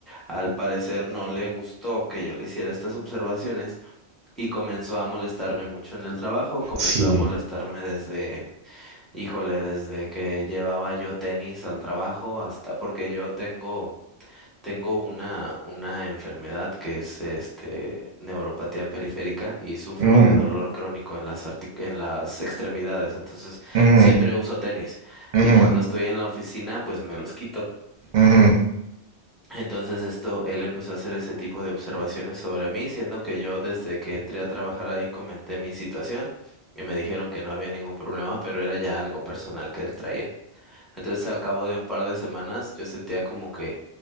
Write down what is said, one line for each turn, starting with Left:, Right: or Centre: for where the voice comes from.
Centre: al parecer no le gustó que yo le hiciera estas observaciones y comenzó a molestarme mucho en el trabajo, comenzó
Right: sí.
Centre: a molestarme desde, híjole, desde que llevaba yo tenis al trabajo hasta porque yo tengo, tengo una, una enfermedad que es este neuropatía periférica y sufro
Right: Ujú,
Centre: de dolor crónico en las artic- en las extremidades, entonces
Right: ujú,
Centre: siempre uso tenis
Right: ujú,
Centre: y cuando estoy en la oficina pues me los quito.
Right: ujú,
Centre: Entonces esto, él empezó a hacer ese tipo de observaciones sobre mí, siendo que yo desde que entré a trabajar ahí comenté mi situación y me dijeron que no había ningún problema, pero era ya algo personal que él traía. Entonces, al cabo de un par de semanas, yo sentía como que